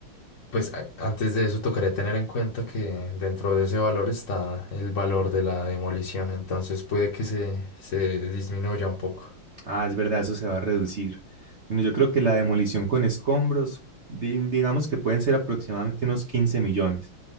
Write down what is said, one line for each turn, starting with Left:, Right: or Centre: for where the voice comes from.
Left: Pues a- antes de eso tocaría tener en cuenta que dentro de ese valor está el valor de la demolición, entonces puede que se, se disminuya un poco.
Right: Ah, es verdad, eso se va a reducir. Bueno, yo creo que la demolición con escombros, di- digamos que pueden ser aproximadamente unos 15 millones.